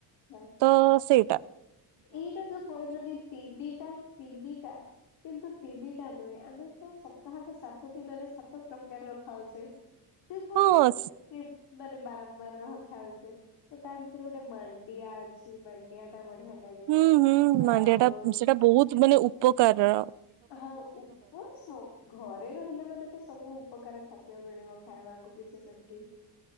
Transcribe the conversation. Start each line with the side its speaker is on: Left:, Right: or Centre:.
Left: ବାସ୍
Right: ତ ସେଇ
Left: ଏଇଟା ତ କହିଲୁନି ତିନିଟା ତିନିଟା କିନ୍ତୁ ତିନି ଟା ନୁହେଁ ଆମେ ତ ସପ୍ତାହକ ସାତ ଦିନରେ ସାତ ପ୍ରକାର ଖାଉଛେ ସେ ପୁଣି
Right: ହଁ
Left: ସେ ମାନେ ବାରମ୍ବାର ହଁ ଖାଉଛେ ତ ତା ଭିତରେ ଗୋଟେ ମାଣ୍ଡିଆ ଅଛି ମାଣ୍ଡିଆ ଟା ବଢିଆ ଲାଗେ
Right: ହୁଁ ହୁଁ ମାଣ୍ଡିଆ
Left: ଆଉ
Right: ଟା ସେଟା ବହୁତ ମାନେ ଉପକାରର।
Left: ହଁ ଉପ ଘରେ ରହିଲେ ମାନେ ତ ସବୁ ଉପକାର ଖାଦ୍ୟ ମିଳିବ ଖାଇବାକୁ କିଛି ସେମତି